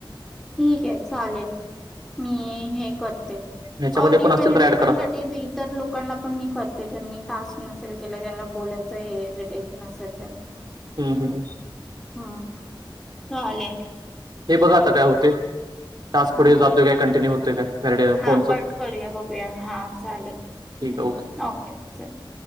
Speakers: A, in the centre; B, on the right (about 55°).
A: ठीक आहे चालेल मी हे कर
B: ह्याच्यामध्ये
A: ऑडिओ
B: कोण
A: व्हलडेशन
B: असतील तर ऍड करा
A: साठी तर लोकांना पण मी करते त्यांनी टास्क नसेल केला ज्यांना बोलायचं हे हेजिटेशन असेल त्यांना
B: हम् हम् ह
A: हम चाले
B: हे बघा आता काय होते ताासक
A: हा
B: पुढे जातोय काय कंटिन्यू होतेोय काय? व्हॅलिडे
A: हा
B: फोनचं
A: कट करूया बघूया हा चालेल
B: ठीक
A: ह्
B: आहे ओके
A: ओके चल.